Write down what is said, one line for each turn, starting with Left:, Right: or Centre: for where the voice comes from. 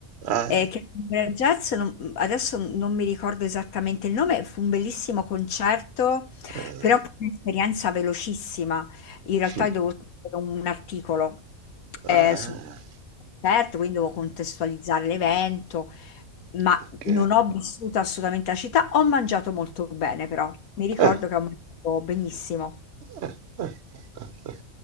Right: ah,
Left: eh, che era jazz, non- mhmm, adesso non mi ricordo esattamente il nome, fu un bellissimo concerto,
Right: ah,
Left: però fu un'esperienza velocissima. In realtà
Right: hm,
Left: io dovevo scrivere un articolo
Right: ah,
Left: eh, su un concerto, quindi dovevo contestualizzare l'evento. ma
Right: ok.
Left: non ho vissuto assolutamente la città, ho mangiato molto bene però, mi ricordo
Right: Eh,
Left: che ho mangiato benissimo,
Right: Eh, eh, eh, eh.